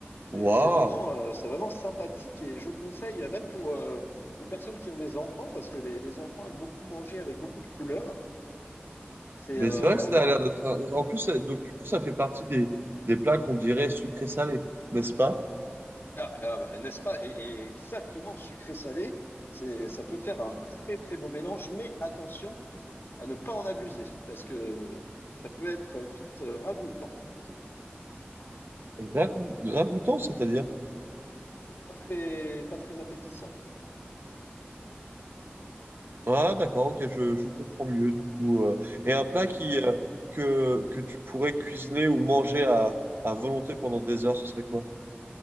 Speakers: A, on the left; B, on the right.
A: c'est
B: Waouh.
A: c'est vraiment, euh, c'est vraiment sympathique et je conseille, euh, même pour euh, les personnes qui ont des enfants, parce que les, les enfants aiment beaucoup manger avec beaucoup de couleurs. C'est
B: Mais
A: euh,
B: c'est vrai
A: voilà,
B: que ça
A: moi,
B: a l'air d'être... un- En plus, ça- donc du coup, ça fait partie des, des plats qu'on dirait sucrés-salés, n'est-ce pas?
A: Ah, ah bah, n'est-ce pas? Et, et exactement, sucré-salé, c'est, ça peut faire un très très beau mélange, mais attention à ne pas en abuser, parce que ça peut être vite euh, ragoûtant, disons.
B: Ragou- Ragoûtant, c'est-à-dire?
A: Pas très, pas très appétissant.
B: Ah, d'accord, ok, je, je comprends mieux du coup. euh. et un plat
A: Ouais.
B: qui, euh, que, que tu pourrais cuisiner ou manger à, à volonté pendant des heures, ce serait quoi?